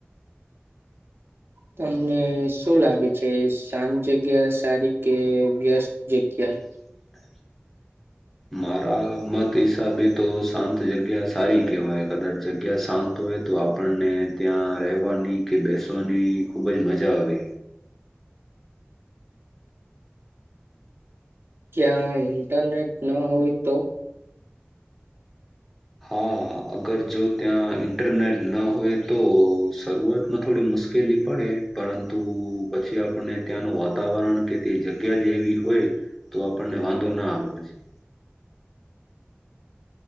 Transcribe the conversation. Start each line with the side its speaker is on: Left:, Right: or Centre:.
Right: તમને શું લાગે છે શાંત જગ્યા સારી કે વ્યસ્ત જગ્યા.
Centre: હ <unintelligible> મારા મત હિસાબે તો શાંત જગ્યા સારી કહેવાય કદાચ જગ્યા શાંત હોય તો આપણને ત્યાં રહેવાની કે બેસવાની ખૂબ જ મજા આવે
Right: ક્યાં ઇન્ટરનેટ ન હોય તો
Centre: હા અગર જો ત્યાં ઇન્ટરનેટ ન હોય તો શરૂઆત માં થોડી મુશ્કેલી પડે પરંતુ પછી આપણને ત્યાંનું વાતાવરણ કે તે જગ્યા વી હોય તો આપણને વાંધો ના આવે પછી